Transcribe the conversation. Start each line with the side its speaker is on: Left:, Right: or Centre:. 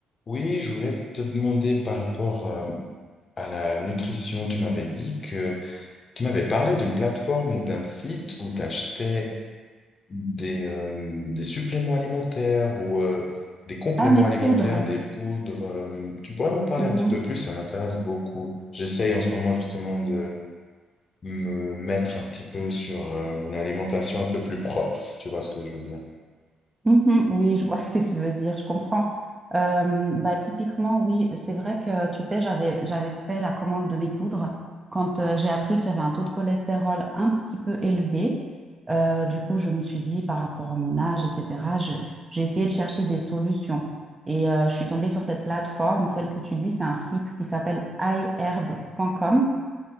Left: Oui, je voulais te demander par rapport euh, à la nutrition. Tu m'avais dit que tu m'avais parlé d'une plateforme ou d'un site où tu achetais des, euh, des suppléments alimentaires ou euh, des compléments
Right: Ah, mes
Left: alimentaires,
Right: poudres.
Left: des poudres. euh, tu pourrais m'en parler
Right: Mhm.
Left: un petit peu plus, ça m'intéresse beaucoup. J'essaye en ce moment justement de me mettre un petit peu sur euh, une alimentation un peu plus propre, si tu vois ce que je veux dire.
Right: Mhm. Oui, je vois <laughs> ce que tu veux dire, je comprends. Euh, bah, typiquement, oui, c'est vrai que, tu sais, j'avais, j'avais fait la commande de mes poudres quand euh, j'ai appris que j'avais un taux de cholestérol un petit peu élevé. Euh, du coup, je me suis dit, par rapport à mon âge, etc., je- j'ai essayé de chercher des solutions. Et euh, je suis tombée sur cette plateforme, celle que tu dis, c'est un site qui s'appelle iherb.com.